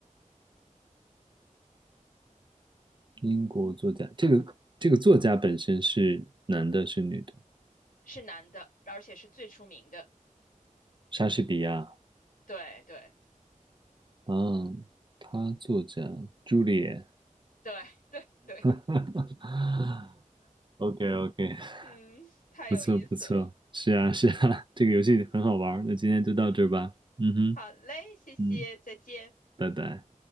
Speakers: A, on the right; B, on the left.
A: 英国作家，这个这个作家本身是男的，是女的？
B: 是男的，而且是最出名的。
A: 莎士比亚
B: 对对
A: 啊，他作家朱丽叶。
B: 对对对，
A: <laughs> o k o k <laughs>
B: 嗯，太有意思了，
A: 不错不错，是啊是啊，
B: 嗯
A: <laughs> 这个游戏很好玩儿那今天就到这儿吧。
B: 嗯，
A: 嗯哼，
B: 好嘞，谢谢，
A: 嗯，
B: 再见。
A: 拜拜。